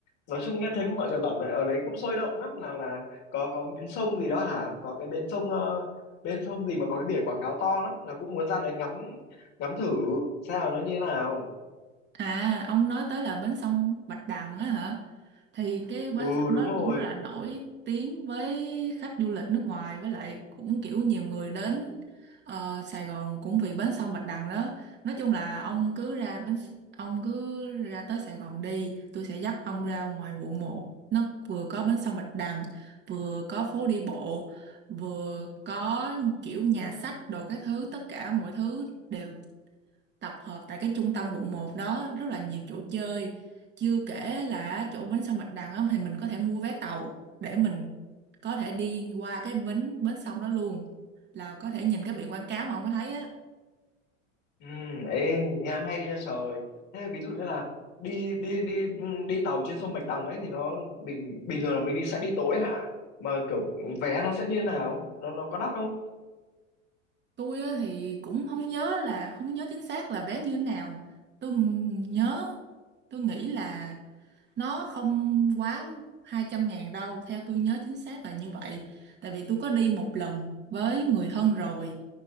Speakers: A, on the left; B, on the right.
A: nói chung nghe thấy mọi người bảo là ở đấy cũng sôi động lắm là là có có bến sông gì đó hả có cái bến sông ờ, bên sông gì mà có cái biển quảng cáo to lắm là cũng muốn ra đấy ngắm ngắm thử xem là nó như thế nào
B: À, ông nói tới là bến sông Bạch Đằng á hả? Thì cái
A: ừ
B: bến sông
A: đúng
B: đó
A: rồi
B: cũng rất là nổi tiếng với khách du lịch nước ngoài với lại cũng kiểu nhiều người đến ờ, Sài Gòn cũng vì bến sông Bạch Đằng đó. Nói chung là ông cứ ra bến s- ông cứ ra tới Sài Gòn đi, tôi sẽ dắt ông ra ngoài quận một Nó vừa có bến sông Bạch Đằng, vừa có phố đi bộ, vừa có kiểu nhà sách đồ các thứ, tất cả mọi thứ đều tập hợp tại cái trung tâm quận một đó rất là nhiều chỗ chơi chưa kể là chỗ bến sông Bạch Đằng á, thì mình có thể mua vé tàu để mình có thể đi qua cái bến bến sông đó luôn là có thể nhìn cái biển quảng cáo mà không có thấy á
A: ừ ê nghe hay ra trời thế ví dụ như là đi đi đi ừ, đi tàu trên sông Bạch Đằng ấy thì nó bình bình thường là mình đi sẽ đi tối hả mà kiểu vé nó sẽ như thế nào nó nó có đắt không
B: tôi á, thì cũng không nhớ là không nhớ chính xác là vé như thế nào tôi nhớ tôi nghĩ là nó không quá hai trăm ngàn đâu theo tôi nhớ chính xác là như vậy tại vì tôi có đi một lần với người thân rồi